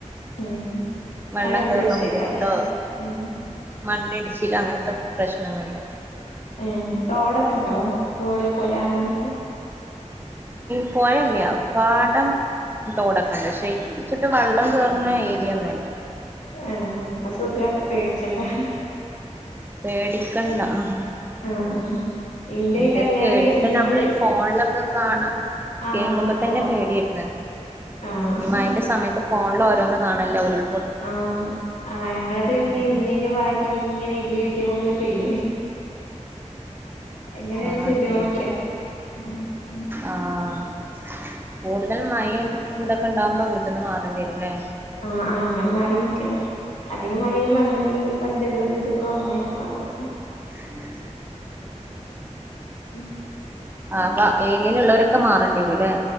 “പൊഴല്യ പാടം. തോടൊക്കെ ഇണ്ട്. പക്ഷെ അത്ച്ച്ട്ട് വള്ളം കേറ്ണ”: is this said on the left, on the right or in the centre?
Right